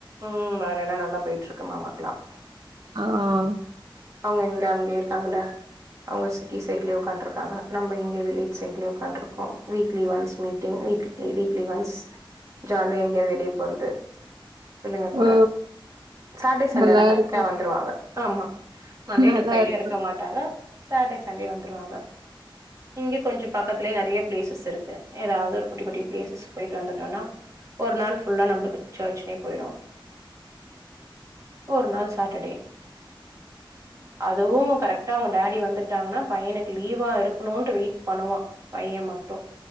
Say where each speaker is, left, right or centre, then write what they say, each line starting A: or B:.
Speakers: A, on the right (about 35°); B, on the right (about 55°).
A: உம் வேலை எல்லாம் நல்லா போயிட்டு இருக் இருக்கு மாமாக்குலாம்
B: ஆஹ்
A: அவுங்க எங்க அங்கியே இருக்காங்கல்லே அவுங்க சிட்டி சைட்லே ஒக்காண்ட்ருக்காங்க நம்ப இங்க வில்லேஜ் சைட்லே ஒக்கான்ட்ருக்கோ weekly once meeting weekly weekly once ஜாலியா எங்யாது வெளியே போறது சொல்லுங்க கூட
B: ஓ
A: சாட்டர்டே சண்டேனா
B: நல்லா
A: கரெக்ட்டா
B: இருக்கு
A: வந்துருவாங்க ஆமா மண்டே
B: நல்லா
A: டு ஃப்ரைடே
B: இருக்கு
A: இருக்க மாட்டாங்க சாட்டர்டே சண்டே வந்துருவாங்க இங்க கொஞ்சோ பக்கத்திலயே நெறைய பிளேசஸ் இருக்கு ஏதாவது ஒரு குட்டி குட்டி பிளேசஸ் போயிட்டு வந்துட்டோனா ஒரு நாள் ஃபுல்லா நம்புளுக்கு சர்ச்லே போயிடோ ஒரு நாள் சாட்டர்டே அதுவு கரெக்ட் டா அவுங்க டாடி வந்துட்டாங்கன்னா பையனுக்கு லீவா இருக்குணுன்ட்டு வெயிட் பண்ணுவா பையன் மட்டோ